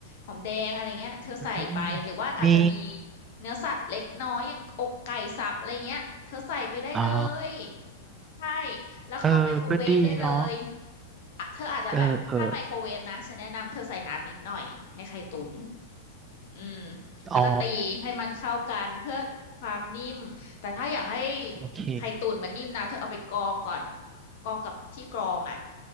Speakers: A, on the left; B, on the right.
A: หอมแดงอะไรเงี้ยเธอใส่ไปหรือว่าอาจจะมี
B: อืมมี
A: เนื้อสัตว์เล็กน้อยอย่างอกไก่สับอะไรเงี้ยเธอใส่ไปได้เลย
B: อ๋อ
A: ใช่แล้วเข้าไมโครเวฟได้เลย
B: เออก็ดีเนาะ
A: อ่ะเธออาจจะแบบถ้าไมโครเวฟนะฉันแนะนำเธอใส่น้ำนิดหน่อยในไข่ตุ๋น
B: เออเออ
A: อืมแล้วก็ตีให้มันเข้ากันเพื่อความนิ่มแต่ถ้าอยากให้
B: อ๋อโอเค
A: ไข่ตุ๋นมันนิ่มนะเธอเอาไปกรองก่อนกรองกับที่กรองอ่ะ